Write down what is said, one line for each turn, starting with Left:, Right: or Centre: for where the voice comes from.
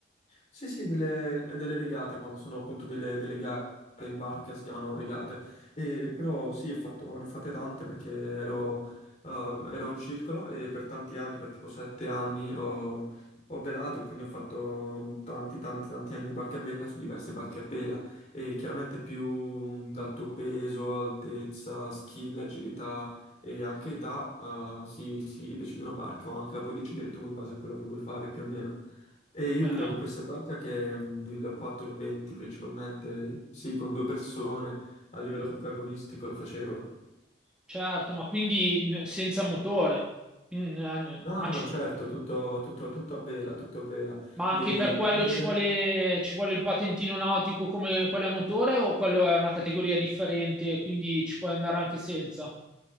Left: Sì, sì, delle, delle regate, quando sono appunto delle, delle gare in barca si chiamano regate. E, però sì, ho fatto, ne ho fatte tante perché ero, eh, ero un circolo e per tanti anni, per tipo sette anni, ho, ho velato, quindi ho fatto tanti, tanti, tanti anni di barche a vela su diverse barche a vela. E chiaramente più dal tuo peso, altezza, skill, agilità e anche età, eh, si, si decide una barca o anche la puoi decidere tu in base a quello che vuoi fare più o meno. E io
Centre: Certo,
Left: guidavo questa parte che è mm, il 420 principalmente, sì, con due persone, a livello protagonistico lo facevo.
Centre: certo, ma quindi n- senza motore. Mm, eh, n-
Left: No,
Centre: ma, ci-
Left: no, certo, tutto, tutto- tutto a vela, tutto a vela.
Centre: ma
Left: Devi
Centre: anche per quello
Left: prendere...
Centre: ci vuole, ci vuole il patentino nautico come quello a motore o quello è una categoria differente, quindi ci puoi andare anche senza?